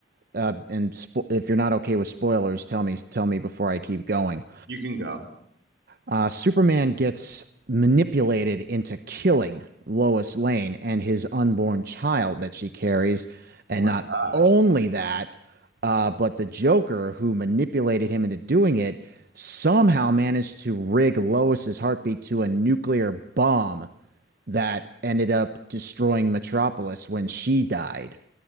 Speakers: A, on the right (about 55°); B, on the right (about 80°).
A: uh, and spo- if you're not okay with spoilers, tell me tell me before I keep going.
B: You can go.
A: Uh, Superman gets manipulated into killing Lois Lane and his unborn child that she carries,
B: Oh
A: and
B: my
A: not
B: gosh.
A: only that, uh, but the Joker who manipulated him into doing it somehow managed to rig Lois's heartbeat to a nuclear bomb that ended up destroying Metropolis when she died.